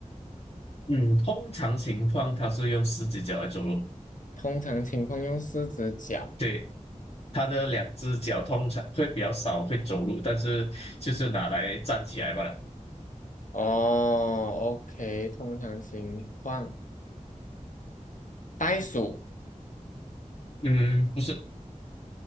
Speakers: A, on the left; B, on the left.
A: 嗯，通常情况它是用四只脚来走路，
B: 通常情况用四只脚，
A: 对，它的两只脚通常会比较少会走路，但是就是拿来站起来罢了，
B: 哦，OK，通常情况，袋鼠。
A: 嗯，不是。